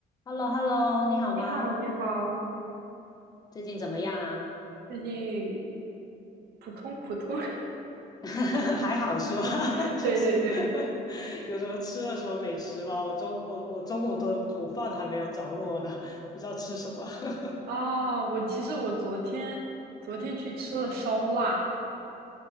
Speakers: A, on the left; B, on the right.
A: h e l l o h e l l o 你好吗？
B: 你好，你好，
A: 最近怎么样啊？
B: 最近普通普通，
A: <laughs> 还好是吧？
B: <laughs>
A: <laughs> 就是
B: 对对对，
A: 有什么吃了什么美食吗？我中我我中午的午饭还没有着落呢，不知道吃什么。<laughs>
B: 啊，我其实我昨天昨天去吃了烧腊，